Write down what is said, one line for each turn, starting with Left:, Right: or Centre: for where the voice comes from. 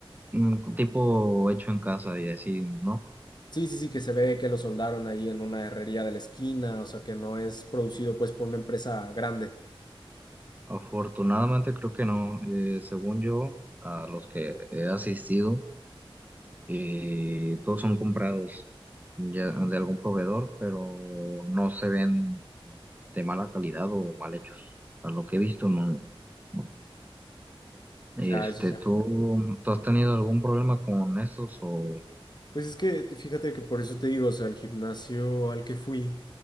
Right: mm, tipo hecho en casa y así, ¿no?
Left: Sí, sí, sí, que se ve que lo soldaron ahí en una herrería de la esquina, o sea, que no es producido pues por una empresa grande.
Right: Afortunadamente creo que no. Eh, según yo, a los que he asistido, eh, todos son comprados ya de algún proveedor, pero no se ven de mala calidad o mal hechos. A lo que he visto, no. no.
Left: Ya,
Right: Este,
Left: ya, ya.
Right: ¿tú, tú has tenido algún problema con estos o...?
Left: Pues es que fíjate que por eso te digo, o sea, el gimnasio al que fui,